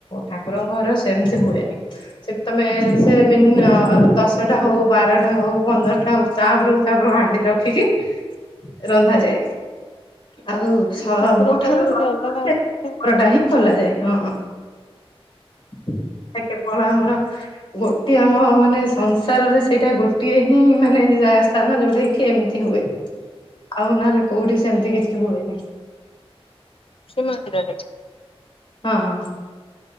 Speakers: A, on the left; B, on the left.
A: ଠାକୁରଙ୍କ ଘର ସେମିତି ହୁଏନି ସେଠି ତମେ ସେ ମିନି ଦଶଟା ହଉ ବାରଟା ହଉ ପନ୍ଦରଟା ହଉ ତାପରୁ ତାପରୁ କୁ ହାଣ୍ଡି ରଖି ଖିକି ରନ୍ଧା ସେ ଆଉ ସବୁଠାରୁ
B: ଠାକୁରଙ୍କର ଗୋଟେ
A: <inaudible> ସେ
B: ଅଲଗା ଅଛି
A: ପରଟା ହିଁ ଖୋଲାଯାଏ। ହଁ। ସେଟା କେବଳ ଆମର ଗୋଟିଏ ଆମ ମାନେ ସଂସାରରେ ସେଇଟା ଗୋଟିଏ ହିଁ ମାନେ ଜା ସ୍ଥାନ ଯୋଉଟା କି ଏମତି ହୁଏ ଆଉ ନହଲେ କୋଉଠି ସେମତି କିଛି ହୁଏନି।
B: ଶ୍ରୀମନ୍ଦିରରେ।
A: ହଁ।